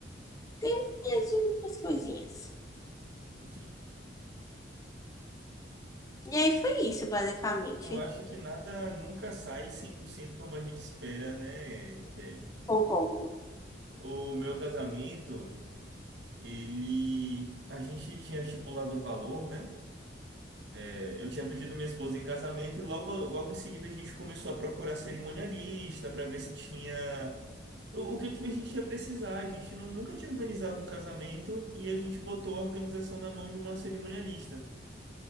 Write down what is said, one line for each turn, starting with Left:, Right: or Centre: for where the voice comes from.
Left: Teve mais umas coisinhas.
Right: Entendi.
Left: E aí foi isso, basicamente.
Right: Eu acho que nada nunca sai 100% como a gente espera, né, Kelly?
Left: Concordo.
Right: O meu casamento, ele a gente tinha estipulado um valor, né? É, eu tinha pedido minha esposa em casamento e logo, logo em seguida a gente começou a procurar cerimonialista para ver se tinha O, o que que a gente ia precisar? A gente não, nunca tinha organizado um casamento e a gente botou a organização na mão de uma cerimonialista.